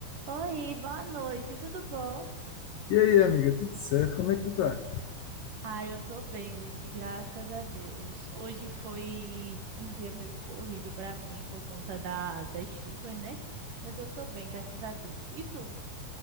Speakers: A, on the right (about 55°); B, on the left (about 80°).
A: Oi, boa noite, tudo bom?
B: E aí, amiga, tudo certo? Como é que tu tá?
A: Ah, eu tô bem, Vice, graças a Deus. Hoje foi um dia meio corrido pra mim por conta da, das chuvas, né? Mas eu tô bem, graças a Deus. E tu?